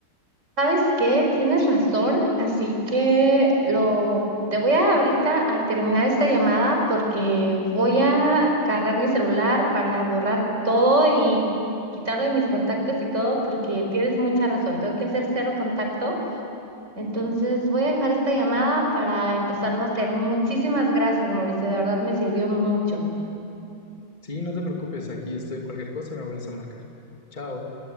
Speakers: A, on the right; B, on the left.
A: ¿Sabes qué? Tienes razón, así que lo te voy a ahorita a terminar esta llamada porque voy a agarrar mi celular para borrar todo y quitarlo de mis contactos y todo porque tienes mucha razón, tengo que hacer cero contacto, entonces voy a dejar esta llamada para empezarlo a hacer. Muchísimas gracias, Mauricio, de verdad me sirvió mucho.
B: Sí, no te preocupes, aquí estoy. Cualquier cosa me vuelves a marcar. Chao.